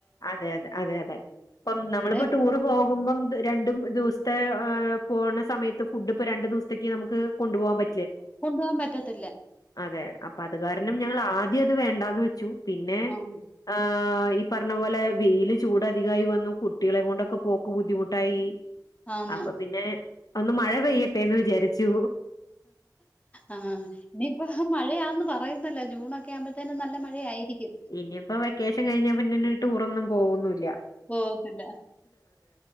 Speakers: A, on the left; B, on the left.
A: അതെ അതെ അതെ അതെ ഇപ്പം നമ്മളിപ്പോ
B: ഇവിടെ
A: ടൂറ് പോകുമ്പം രണ്ടും ദിവ്സ്ത്തെ എഹ് പോണ സമയത്ത് ഫുഡ് ഇപ്പ രണ്ട് ദിവസ്ത്ത്ക്ക് നമുക്ക് കൊണ്ടുപോകാൻ പ
B: കൊണ്ടു പോകാൻ പറ്റത്ത്
A: അതെ അപ്പൊ അത് കാരണം ഞങ്ങളാദ്യ അത് വേണ്ടാന്ന് വെച്ചു പിന്നേ
B: ഉം
A: ആഹ് ഈ പർഞ്ഞ പോലെ വെയില് ചൂട് അധികായി വന്നു കുട്ടികളേം കൊണ്ടൊക്കെ പോക്ക് ബുദ്ധിമുട്ടായി.
B: ആന്ന്
A: അപ്പം പിന്നെ ഒന്ന് മഴ പെയ്യട്ടെന്ന് വിചാരിച്ചു.
B: ആഹ് ഇനിയിപ്പോ മഴയാന്ന് പറയുന്നല്ല ജൂണൊ ക്കെ ആവുമ്പ തേനുംനല്ല മഴയായിരിക്കും
A: ഇനിയിപ്പം വെക്കേഷൻ കഴിഞ്ഞ പിന്നെ ന്നെ ടൂറൊന്നും പോവൊന്നും ല്ല
B: പോവത്തി ല്ല